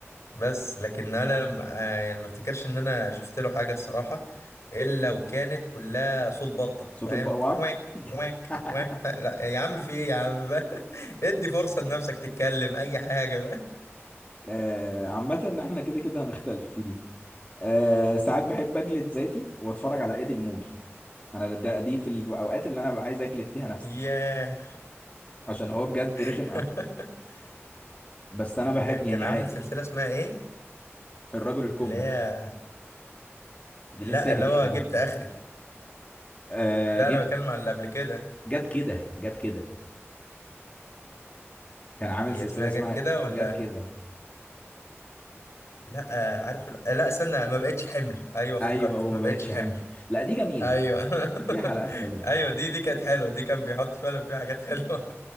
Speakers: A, on the left; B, on the left.
A: بس لكن انا م- آه، يعني ما افتكرش ان انا شفت له حاجه الصراحه الا وكانت كلها صوت بطه
B: صوت
A: فاهم
B: البقواك
A: واك
B: <laughs>
A: واك واك ف... لا يا عم في ايه يا عم بقى <laughs> ادي فرصه لنفسك تتكلم اي حاجه بقى
B: آه عامه ان احنا كده كده هنختلف في دي آه ساعات بحب اجلد ذاتي واتفرج على ايد الموجي انا ده دي في الاوقات اللي انا ببقى عايز اجلد فيها نفسي
A: ياه
B: عشان هو بجد رخم
A: <laughs>
B: قوي بس انا بحب يعني
A: كان عامل
B: عادي
A: سلسلة اسمها ايه
B: الرجل الكمل
A: اللي هي
B: دي
A: لا
B: لسه جديده
A: اللي هو جبت
B: دي
A: اخري
B: آه
A: لا
B: جبت
A: انا بتكلم عن اللي قبل كده
B: جت كده جت كده كان عامل
A: هي
B: سلسلة
A: اسمها
B: اسمها
A: جت كده ولا
B: جت كده
A: لا آه، عارف ال- آه، لا استنى ما بقتش حمل ايوه افتكرت
B: ايوه وما
A: ما بقتش
B: بقتش
A: حمل
B: حمل لا دي جميلة
A: ايوه <laughs>
B: دي فيها حلقات حلوة
A: ايوه دي دي كانت حلوه دي كان بيحط فعلا فيها حاجات حلوه